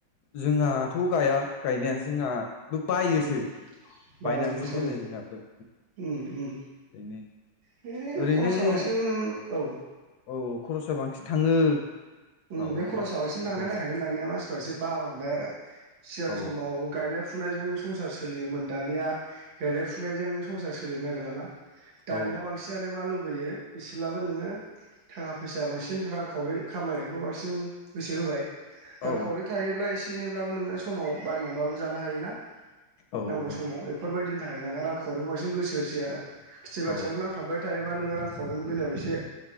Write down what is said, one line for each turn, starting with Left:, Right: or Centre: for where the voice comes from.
Left: जोंहाथ' गाया गायनाया जोंहाबो बायोसो
Right: उम बायो
Left: बायनानैसो
Right: नोंस्राबो
Left: दोनो जोंहाबो
Right: उम उम
Left: ओरैनो
Right: बे
Left: ओरैनो
Right: खरसा बांसिन औ
Left: औ खरसा बांसिन थाङो
Right: उम
Left: माबानाया
Right: बे खरसा
Left: बिदि
Right: बांसिन थांनायनि
Left: गायबा
Right: थाखायनो दानिया मानसिफ्रा एसे बा बांबाय आरो सिगां
Left: औ
Right: समाव गायनाय फुनायजों संसार सोलियोमोन दानिया गायनाय फुनायजों संसार सोलिनो नागिरला ना दानिया
Left: औ
Right: बांसिनानो मा लु बैयो एसेब्लाबो नोङो थाखा फैसा बांसिन रांखावरि खामायनायखौ बेखौ बांसिन गोसो होबाय रांखावरि
Left: औ
Right: थायोब्ला एसे बिदिनोब्लाबो नोङो समाव बायनानैबाबो जानो हायोना
Left: औ
Right: नांगौ
Left: औ
Right: समाव बेफोरबायदिनि थाखाय दाना रां खावरिखौ बांसिन गोसो होसै आरो खेथि बाथियावल'
Left: औ
Right: नांथाबाय थायोबा नोङो रांखावरिनि बेलायाव एसे